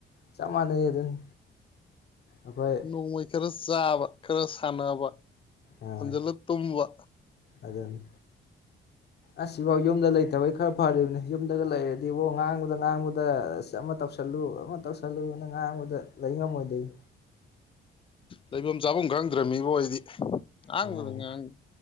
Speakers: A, on the left; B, on the left.
A: ꯆꯞ ꯃꯥꯟꯅꯩ ꯑꯗꯨꯅꯤ ꯑꯩꯈꯣꯏ
B: ꯅꯣꯡꯃꯩ ꯈꯔ ꯆꯥꯕ ꯈꯔ ꯁꯥꯟꯅꯕ
A: ꯑꯥ
B: ꯍꯟꯖꯤꯜꯂ ꯇꯨꯝꯕ
A: ꯑꯗꯨꯅꯤ ꯑꯁꯤꯐꯥꯎ ꯌꯨꯝꯗ ꯂꯩꯇꯕꯩ ꯈꯔ ꯐꯔꯤꯕꯅꯤ ꯌꯨꯝꯗꯒ ꯂꯩꯔꯗꯤꯕꯣ ꯉꯥꯡꯕꯗ ꯉꯥꯡꯕꯗ ꯑꯁ ꯑꯃ ꯇꯧꯁꯜꯂꯨ ꯑꯃ ꯇꯧꯁꯜꯂꯨꯅ ꯉꯥꯡꯕꯗ ꯂꯩ ꯉꯝꯃꯣꯏꯗꯣꯏ
B: ꯂꯩꯐꯝ ꯆꯥꯐꯝ ꯈꯪꯗ꯭ꯔꯕꯃꯤꯕ ꯍꯣꯏꯗꯤ ꯉꯥꯡꯕꯗꯣ
A: ꯎꯝ
B: ꯉꯥꯡ